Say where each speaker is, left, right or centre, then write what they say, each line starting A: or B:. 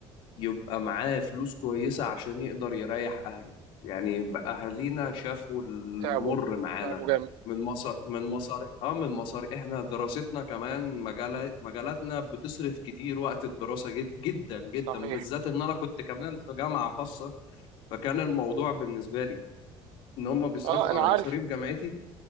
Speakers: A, on the left; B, on the right.
A: يبقى معاه فلوس كويسة عشان يقدر يريح أهله يعني بقى أهالينا شافوا المر
B: تعبوا
A: معانا
B: تعبوا جامد
A: من مصر من مصر اه من مصر احنا دراستنا كمان مجالات مجالاتنا بتصرف كتير وقت الدراسة جد جدا جدا
B: صحيح
A: بالذات ان انا كنت كمان في جامعة خاصة فكان الموضوع بالنسبة لي ان هم بيصرفوا
B: اه انا
A: على
B: عارف
A: مصاريف جامعتي